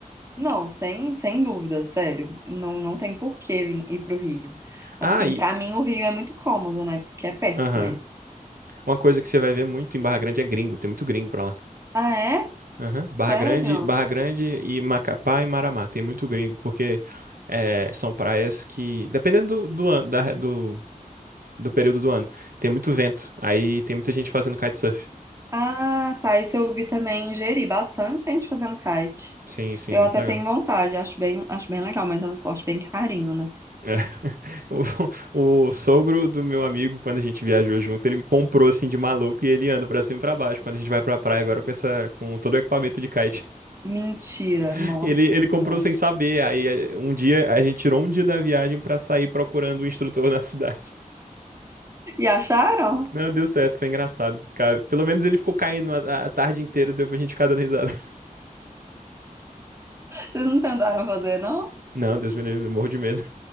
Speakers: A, on the right; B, on the right.
A: Não, sem, sem dúvida, sério. Não, não tem por que vir- ir pro Rio. Assim,
B: Ah, e.
A: pra mim o Rio é muito cômodo, né? Porque é perto,
B: Aham.
A: mas.
B: Uma coisa que você vai ver muito em Barra Grande é gringo, tem muito gringo pra lá.
A: Ah, é?
B: Aham. Barra
A: Sério?
B: Grande, Barra Grande e Macapá e Maramá, tem muito gringo, porque é, são praias que, dependendo do, do ano, da- do, do período do ano, tem muito vento, aí tem muita gente fazendo kitesurf.
A: Ah, tá. Isso eu vi também em Jeri, bastante gente fazendo kite.
B: Sim, sim,
A: Eu
B: é muito
A: até
B: legal.
A: tenho vontade, acho bem, acho bem legal, mas é um esporte bem carinho, né?
B: É. <laughs> O, o sogro do meu amigo, quando a gente viajou junto, ele comprou assim de maluco e ele anda pra cima e pra baixo. Quando a gente vai pra praia agora com essa, com todo o equipamento de kite,
A: Mentira,
B: <laughs>
A: nossa
B: ele, ele comprou
A: senhora.
B: sem saber. Aí eh, um dia a gente tirou um dia da viagem pra sair procurando um instrutor <laughs> na cidade.
A: E acharam?
B: Não, deu certo, foi engraçado. Ficar- pelo menos ele ficou caindo a, a tarde inteira, deu pra gente ficar dando risada. <laughs>
A: Vocês não tentaram fazer, não?
B: Não, Deus me livre, eu morro de medo.